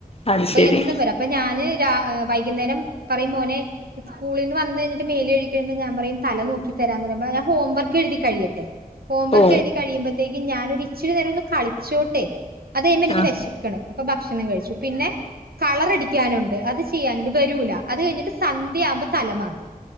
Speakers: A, on the left; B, on the right.
A: അത്
B: അപ്പൊ
A: ശരി
B: എന്നും വരാ അപ്പൊ ഞാന് വൈകുന്നേരം പറയും മോനെകൂള നിന്ന് വന്ന് കഴിട്ട് മേലൽഴ കഴിയ്പോ ഞാൻ പറയും തല നോക്കി തരാന്ന് പറുമ്പോ ഞാൻ ഹോംവർക്ക് എഴുതി കഴിയട്ടെ ഹോംവർക്ക്
A: ഓ
B: എഴുതി കഴിയ്പഴേും ഞാന ഒരു ഇച്ചി നേരം ഒന്ന് കളിച്ചോട്ടെ അത് കഴിയുമ്പോ എനിക്ക്
A: ആഹ്
B: വിശക്കണം അപ്പൊ ഭക്ഷണം കഴിച്ചു പിന്നെ കളർടിക്കാനുണ്ട് അത് ചെയ്യാനുണ്ട് വരൂല അത് കഴിഞ്ഞിട്ട് സന്ധ്യ ആവുമ്പോ തല മാന്തം